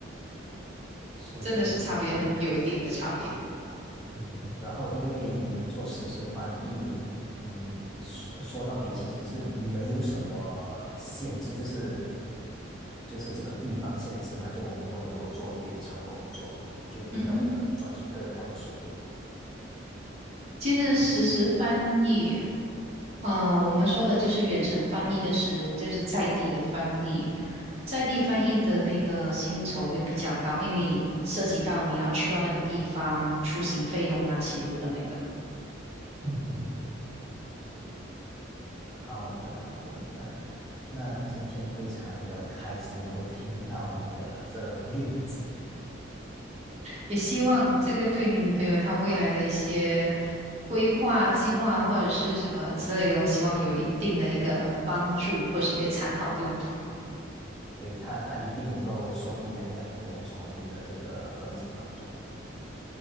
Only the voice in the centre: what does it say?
是的，
是的，那嗯，然后因为做实时翻译，嗯，说说到底其实是没有什么限制，就是就是这个地方限制嘛，就我们都能够做远程工作，就比较能赚取更高的收入。
嗯嗯，好的好的，那那今天非常的开心能够听到你的这愿景，
所以他他一定能够受益良良多，从你的这个分享当中。